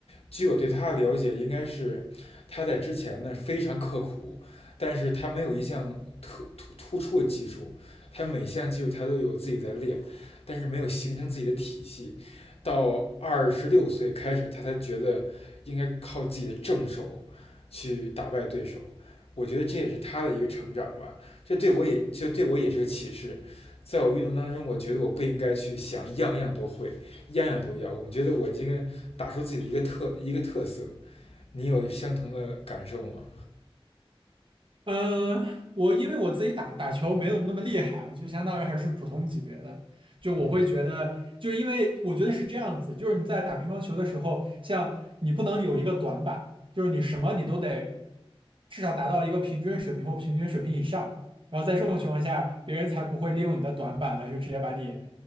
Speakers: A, on the left (about 85°); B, on the right (about 60°).
A: 据我对他的了解，应该是他在之前呢非常刻苦，但是他没有一项特突突出的技术，他每项技术他都有自己在练，但是没有形成自己的体系。到二十六岁开始，他才觉得应该靠自己的正手去打败对手。我觉得这也是他的一个成长吧，这对我也就对我也是个启示。在我运动当中，我觉得我不应该去想样样都会，样样都要。我们觉得我今天打出自己的一个特一个特色，你有相同的感受吗？
B: 嗯，我因为我自己打打球没有那么厉害啊，就相当于还是普通级别的。就我会觉得，
A: 嗯，
B: 就因为我觉得是这样子，就是你在打乒乓球的时候，像你不能有一个短板，就是你什么你都得至少达到一个平均水平或平均水平以上。然后在这种情况下，别人才不会利用你的短板来去直接把你，